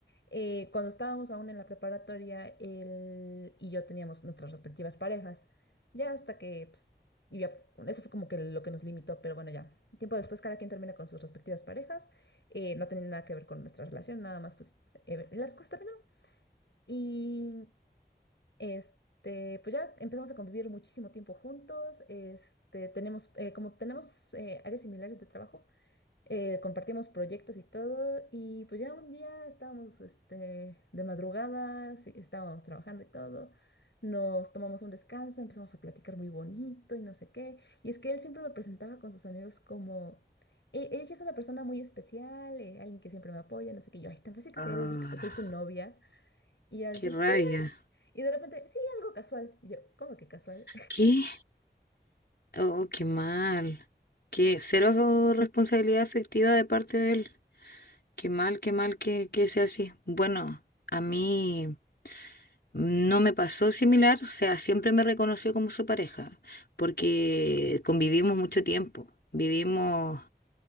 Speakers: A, on the left (about 85°); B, on the left (about 60°).
A: Eh, cuando estábamos aún en la preparatoria, él y yo teníamos nuestras respectivas parejas, ya hasta que, pues, y ya, bueno, eso fue como que lo que nos limitó, pero bueno, ya. Tiempo después cada quien termina con sus respectivas parejas, eh, no tenía nada que ver con nuestra relación, nada más, pues, eh, las cosas terminaron. Y este, pues ya empezamos a convivir muchísimo tiempo juntos. Este, tenemos, eh, como tenemos eh, áreas similares de trabajo, eh, compartimos proyectos y todo. Y pues ya un día estábamos este, de madrugada, sí, estábamos trabajando y todo. Nos tomamos un descanso, empezamos a platicar muy bonito y no sé qué. Y es que él siempre me presentaba con sus amigos como. "E- Ella sí es una persona muy especial, eh, alguien que siempre me apoya, no sé qué. Y Yo, ay, tan fácil que
B: Ah,
A: sería decir que soy tu novia. Y ella dice,
B: qué rabia.
A: sí, y de repente, sí, algo casual. Y yo, ¿cómo que casual?
B: ¿Qué? Oh, qué mal. Qué cero responsabilidad afectiva de parte de él. Qué mal, qué mal que, que sea así. Bueno, a mí. No me pasó similar, o sea, siempre me reconoció como su pareja, porque convivimos mucho tiempo, vivimos